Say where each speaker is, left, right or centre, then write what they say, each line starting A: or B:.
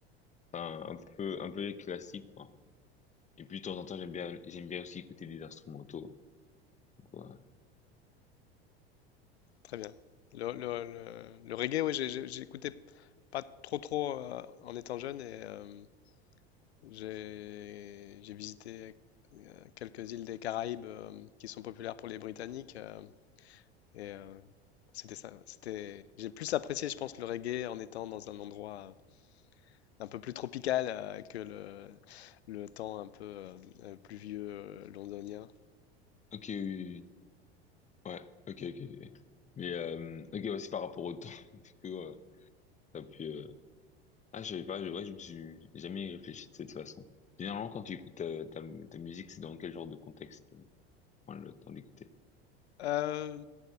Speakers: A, on the left (about 20°); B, on the left (about 80°).
A: enfin, un peu, un peu les classiques, quoi. Et puis, de temps en temps, j'aime bien, j'aime bien aussi écouter des instrumentaux, quoi.
B: Très bien. Le, le, le- le reggae, oui, j'ai- j'ai- j'écoutais pas trop trop euh, en étant jeune et euh, j'ai j'ai visité quelques îles des Caraïbes euh, qui sont populaires pour les Britanniques. euh, Et euh, c'était ça. C'était, j'ai plus apprécié, je pense, le reggae en étant dans un endroit un peu plus tropical euh, que le, le temps un peu euh, euh, pluvieux euh, londonien.
A: Ok, oui, oui. oui. Ouais, ok, ok. ok. Mais, euh, ok, ouais, c'est par rapport au temps, <laughs> du coup, euh, t'as pu, euh, ah, je savais pas, je, ouais, je me suis jamais réfléchi de cette façon. Généralement, quand tu écoutes euh, ta, ta, musique, c'est dans quel genre de contexte, euh, tu prends le temps d'écouter?
B: Euh,